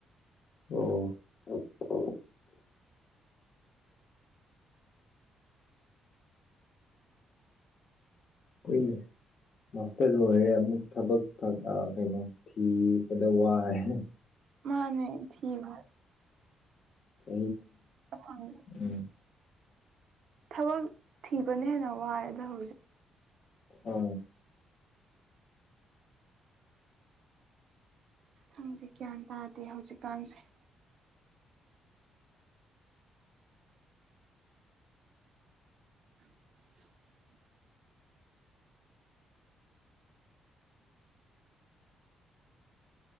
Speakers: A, on the left; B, on the right.
A: ꯑꯣ ꯍꯣꯏꯅꯦ ꯃꯥꯁꯇꯔ ꯂꯣꯏꯔꯦ ꯑꯃꯨꯛ ꯊꯕꯛ ꯀꯩꯅꯣ ꯊꯤꯕꯗ ꯋꯥꯔꯦ
B: ꯃꯥꯅꯦ ꯊꯕ
A: ꯀ
B: ꯐꯪꯗꯦ
A: ꯎꯝ
B: ꯊꯕꯛ ꯊꯤꯕꯅ ꯍꯦꯟꯅ ꯋꯥꯏꯦ ꯑꯗꯣ ꯍꯧꯖꯤꯛ
A: ꯑ
B: ꯊꯪꯗꯤꯦ ꯒ꯭ꯌꯥꯟ ꯇꯥꯗꯦ ꯍꯧꯖꯤꯛꯀꯥꯟꯁꯦ <unintelligible>